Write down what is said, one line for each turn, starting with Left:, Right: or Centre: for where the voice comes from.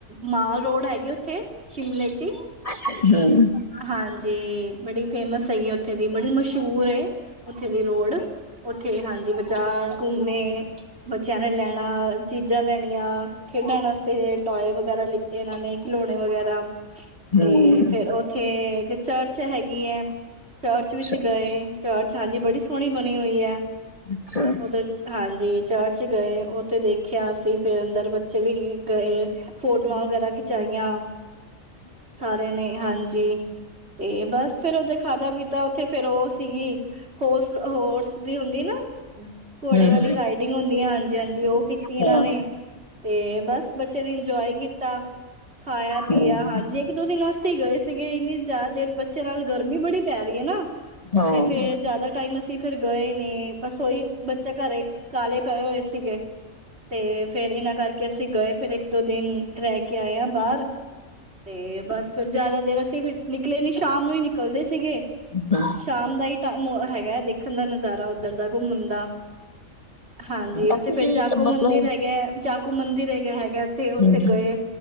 Right: ਮਾਲ ਰੋਡ ਹੈਗੀ ੳਥੇ ਸ਼ਿਮਲੇ ਚ ਈ
Left: <unintelligible>
Right: ਹਾਂਜੀ ਬੜੀ ਫੇਮਸ ਹੈਗੀ ੳਥੇ ਦੀ, ਬੜੀ ਮਸ਼ਹੂਰ ਏ ਉੱਥੇ ਦੀ ਰੋਡ ੳਥੇ ਹਾਂਜੀ ਬਾਜ਼ਾਰ ਘੁੰਮੇ, ਬੱਚਿਆਂ ਨੇ ਲੈਨਾ ਚੀਜ਼ਾਂ ਲੈਨੀਆਂ ਖੇਡਨ ਵਾਸਤੇ ਟਾਯੇ ਵਗੈਰਾ ਲਿੱਤੇ ਏਨਾਂ ਨੇ ਖਿਲੌਨੇ ਵਗੈਰਾ
Left: ਹੂੰ
Right: ਤੇ ਫੇਰ ੳਥੇ ਇਕ ਚਰਚ ਹੈਗੀ ਐ, ਚਰਚ
Left: ਅੱਛਾ
Right: ਵਿਚ ਗਏ। ਚ੍ਚ ਹਾਂਜੀ ਬੜੀ ਸੋਹਨੀ ਬਨੀ ਹੋਈ ਐ,
Left: ਅੱਛਾ
Right: ੳਧਰ ਹਾਂਜੀ ਚ੍ਰਚ ਗਏ ੳਥੇ ਦੇਖਿਆ ਅਸੀ ਫੇਰ ਅੰਦਰ ਬੱਚੇ ਵੀ ਗਏ। ਫੋਟੋਆਂ ਵਗੈਰਾ ਖਿਚਾਈਆਂ ਸਾਰੇ ਨੇ ਹਾਂਜੀ ਤੇ ਬਸ ਫੇਰ ਓਦੇ ਖਾਦਾ ਪੀਤਾ ੳਥੇ ਫੇਰ ੳਹ ਸੀਗੀ ਹੋਸਟ ਹੋਰਸ ਦੀ ਹੁੰਦੀ ਏ ਨਾ ਘੋੜੇ
Left: ਹੂੰ
Right: ਵਾਲੀ ਰਾਈਡਿੰਗ ਹੁੰਦੀ ਹੈ ਹਾਂਜੀ ਹਾਂਜੀ ੳਹ ਕੀਤੀ ਏਨਾਂ
Left: ਹਾਂ
Right: ਨੇ। ਤੇ ਬਸ ਬੱਚੇਆਂ ਨੇ ਇੰਜੋਏ ਕੀਤਾ। ਖਾਇਆ ਪੀਆ
Left: ਹੂੰ
Right: ਹਾਂਜੀ ਇੱਕ, ਦੋ ਦਿਨ ਆਸਤੇ ਹੀ ਗਏ ਸੀਗੇ ਏਨੀ ਜ਼ਿਆਦਾ ਦੇਰ ਬੱਚਿਆਂ ਨਾਲ ਗਰਮੀ ਬੜੀ ਪੈ ਰਹੀ ਐ ਨਾ।
Left: ਹਾਂ
Right: ਤੇ ਫੇਰ ਜ਼ਿਆਦਾ ਟਾਇਮ ਅਸੀ ਫਿਰ ਗਏ ਨੇ ਬਸ ਉਹੀ ਬੱਚਾ ਘਰੇ ਕਾਲੇ ਪਏ ਹੋਏ ਸੀਗੇ ਤੇ ਫੇਰ ਏਨਾਂ ਕਰਕੇ ਅਸੀ ਗਏ ਫੇਰ ਇੱਕ, ਦੋ ਦਿਨ ਰਹ ਕੇ ਆਏ ਆਂ ਬਾਹਰ ਤੇ ਬਸ ਫੇਰ ਜ਼ਿਆਦਾ ਦੇਰ ਅਸੀ ਨਿਕਲੇ ਨੀ ਸ਼ਾਮ ਨੂੰ ਈ ਨਿਕਲਦੇ ਸੀਗੇ
Left: ਬਾ
Right: ਸ਼ਾਮ ਦਾ ਹੀ ਟੈਮ ਹੈਗਾ, ਦੇਖਣ ਦਾ ਨਜ਼ਾਰਾ ੳਧਰ ਦਾ ਘੁੰਮਣ ਦਾ। ਹਾਂਜੀ ੳਥੇ
Left: ਅਸੀਂ
Right: ਫੇਰ
Left: ਵੀ
Right: ਜਾਕੋ
Left: ਮਤਲਬ
Right: ਮੰਦਿਰ
Left: ਹੂੰ
Right: ਹੈਗਾ, ਜਾਕੋ ਮੰਦਿਰ ਹੈਗਾ, ਹੈਗਾ ੳਥੇ, ੳਥੇ
Left: ਹੂੰ
Right: ਗਏ।